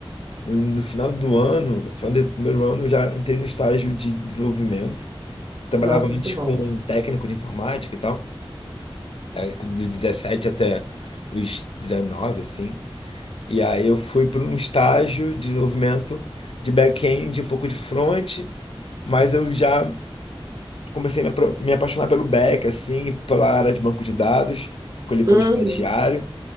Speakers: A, on the left (about 70°); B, on the right (about 35°).
A: No, no final do ano, no final do primeiro ano, eu já entrei no estágio de desenvolvimento. Trabalhava
B: Nossa,
A: antes
B: muito bom.
A: com um técnico de informática e tal. dos 17 até os 19, assim. E aí eu fui para um estágio de desenvolvimento de back-end, um pouco de front, mas eu já comecei a me apro- me apaixonar pelo back, assim, pela área de banco de dados, colhi como
B: Uhum.
A: estagiário.